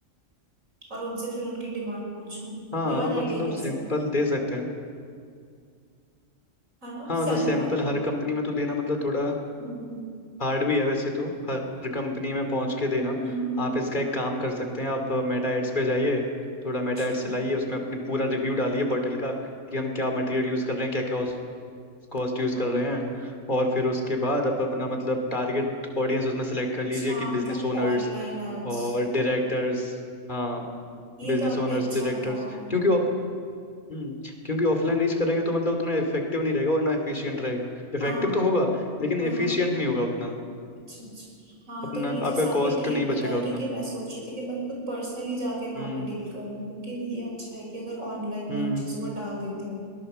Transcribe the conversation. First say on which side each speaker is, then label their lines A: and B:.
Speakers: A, on the right (about 85°); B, on the left (about 35°).
A: और उनसे फिर उनकी डिमांड पूछूं
B: हाँ
A: ये वाला
B: मतलब
A: आइडिया कैसा
B: सैंपल
A: है
B: दे सकते हैं
A: है ना
B: हाँ
A: सैंपल
B: मतलब सैंपल हर कंपनी में तो देना मतलब थोड़ा
A: हम्म हम्म
B: हार्ड भी है वैसे तो हर कंपनी में पहुंच के देना
A: हम्म हम्म, हम्म,
B: आप इसका एक काम कर सकते हैं आप मेटा एड्स पे जाइए थोड़ा मेटा
A: अच्छा
B: एड्स चलाइए उसमें अपने पूरा रिव्यू डालिए बॉटल का कि हम क्या मटेरियल यूज़ कर रहे हैं क्या क्या कॉस्ट
A: हाँ
B: यूज कर
A: हाँ।
B: रहे हैं और फिर उसके बाद आप अपना मतलब टारगेट ऑडियंस उसमें सेलेक्ट कर
A: अच्छा
B: लीजिए कि बिजनेस
A: मतलब
B: ओनर्स
A: ऑनलाइन एड्स
B: और डायरेक्टर्स हाँ
A: ये
B: बिजनेस
A: तो आपने
B: ओनर्स
A: अच्छा
B: डायरेक्टर्स
A: बताया
B: क्योंकि ओ- हम्म क्योंकि ऑफलाइन रीच करेंगे तो मतलब उतना इफेक्टिव नहीं रहेगा और ना एफिशिएंट रहेगा इफेक्टिव
A: हाँ
B: तो होगा लेकिन
A: हाँ
B: एफिशिएंट
A: हाँ।
B: नहीं होगा उतना
A: अच्छा अच्छा हाँ
B: अपना
A: तो ये चीज
B: आपका
A: आपने
B: कॉस्ट
A: ठीक
B: नहीं
A: बताई
B: बचेगा उतना
A: क्योंकि मैं सोच रही थी कि मैं खुद पर्सनली जाके वहां
B: हम्म
A: पे डील करूँ लेकिन ये अच्छा है कि अगर ऑनलाइन मैं
B: हम्म
A: उन चीजों को डाल देती हूँ